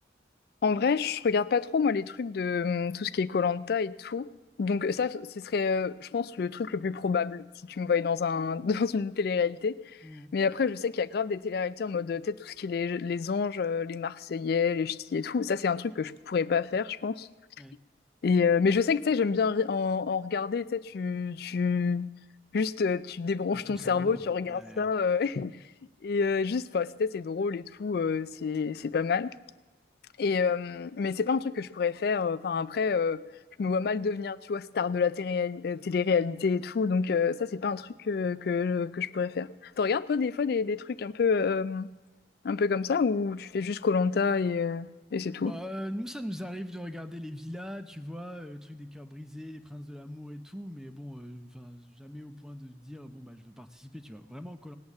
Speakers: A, on the left; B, in the centre.
A: En vrai, je regarde pas trop, moi, les trucs de hum, tout ce qui est koh et tout. Donc euh, ça, ce serait, euh, je pense, le truc le plus probable si tu me voyais dans un <laughs> dans une télé-réalité.
B: Hmm,
A: Mais après, je sais qu'il y a grave des télé-réalités en mode, euh, tu sais, tout ce qui est les, les anges, euh, les Marseillais, les ch'tis et tout. Ça, c'est un truc que je pourrais pas faire, je pense.
B: ouais.
A: Et euh, mais je sais que tu sais, j'aime bien ri- en, en regarder. Tu sais, tu tu juste euh, tu débranches
B: Pose
A: ton
B: ton cerveau.
A: cerveau, tu regardes
B: Ouais.
A: ça euh, <laughs> et euh, juste, enfin, c'était c'est drôle et tout, euh, c'est c'est pas mal. Et euh, mais c'est pas un truc que je pourrais faire. euh, Enfin après, euh, je me vois mal devenir, tu vois, star de la télé- euh, télé-réalité et tout. Donc euh, ça, c'est pas un truc que, que que je pourrais faire. T'en regardes toi des fois des, des trucs un peu euh, un peu comme ça ou tu fais juste Colanta et euh, et c'est tout.
B: Bah, euh, nous, ça nous arrive de regarder les villas, tu vois, euh, le truc des cœurs brisés, les princes de l'amour et tout, mais bon, euh, enfin, jamais au point de dire, bon, bah, je veux participer, tu vois. Vraiment, koh